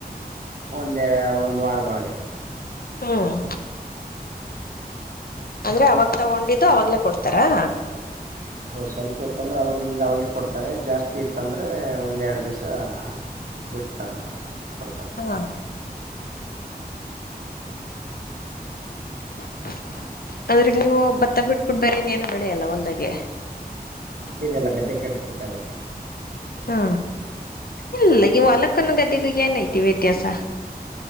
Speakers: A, on the right; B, on the left.
A: ಒಂದ ಒಂದು್ ವಾರದೊಳಗೆ.
B: ಹ್ಮ್, ಅಂದ್ರೆ ಅವಾಗ ತಗೊಂಡಿದ್ದು ಅವಾಗ್ಲೇ ಕೊಡ್ತಾರಾ
A: ಸ್ವಲ್ಪ ಇತ್ತಂದ್ರೆ ಅವಾಗಿಂದ ಅವಾಗೆ ಕೊಡ್ತಾರೆ. ಜಾಸ್ತಿ ಇತ್ತಂದ್ರೆ ಒಂದೆರಡ್ ದಿವ್ಸ ಬಿಟ್ಟು ತಗೊಂತಾರೆ ಕೊಡ್ತಾರೆ.
B: ಹಾ, <unintelligible> ಅಂದ್ರೆ ನೀವು ಭತ್ತ ಬಿಟ್ಬಿಟ್ಟ ಬೇರ ಏನು ಬೆಳೆಯಲ್ಲ ಒಂಲ್ದಾಗೆ.
A: ಗದ್ದೆ ಇದೆಲ್ಲ ಗದ್ದೆ ಕೆಡಿಸಬೇಕಾಗತ್ತೆ.
B: ಹಾ ಇಲ್ಲ ಈ ಹೊಲಕ್ಕನ್ನು ಗದ್ದೆಗು ಏನ್ಐತೆ ವ್ಯತ್ಯಾಸ.